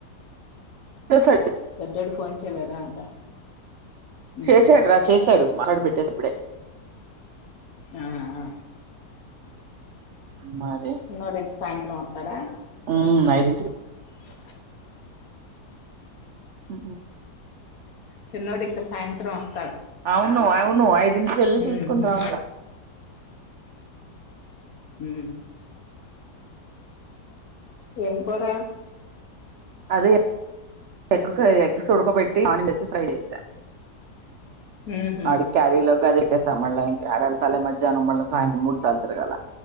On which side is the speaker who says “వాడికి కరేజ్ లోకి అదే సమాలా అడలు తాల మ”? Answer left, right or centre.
Right